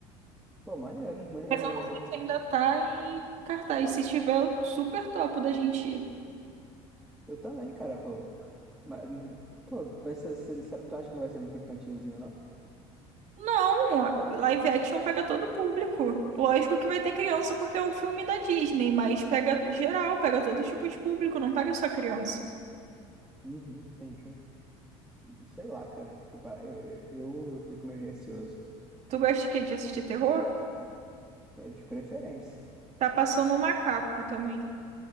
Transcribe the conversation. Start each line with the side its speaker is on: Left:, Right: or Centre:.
Centre: Pô, maneiro, maneiro,
Right: Mas eu
Centre: maneiro.
Right: não sei se ainda tá em cartaz. Se tiver, eu super topo da gente ir.
Centre: Eu também, cara, pô. Mas, hum, pô, vai ser, se- será que tu acha que não vai ser muito infantilzinho, não?
Right: Não, a- live action pega todo o público. Lógico que vai ter criança porque é um filme da Disney, mas pega geral, pega todo tipo de público, não pega só criança.
Centre: Uhum, entendi. Sei lá, cara. Tipo, ah, Eu, eu, eu, eu fico meio receoso.
Right: Tu gosta de quê? De assistir terror?
Centre: É de preferência.
Right: Tá passando um macaco também.